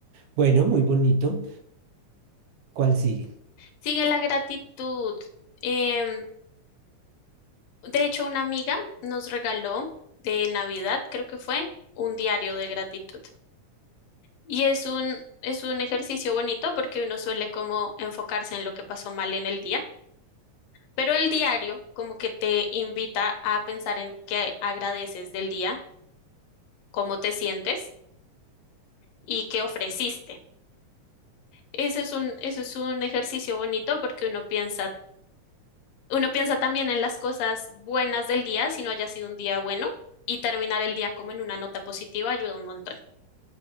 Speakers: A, on the right (about 75°); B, on the left (about 70°).
A: Bueno,
B: Ujú.
A: muy bonito. ¿Cuál sigue?
B: Sigue la gratitud. Em, de hecho, una amiga nos regaló de Navidad, creo que fue, un diario de gratitud. Y es un, es un ejercicio bonito porque uno suele como enfocarse en lo que pasó mal en el día, pero el diario como que te invita a pensar en qué agradeces del día, cómo te sientes y qué ofreciste. Eso es un, eso es un ejercicio bonito porque uno piensa Uno piensa también en las cosas buenas del día, si no haya sido un día bueno, y terminar el día como en una nota positiva ayuda un montón.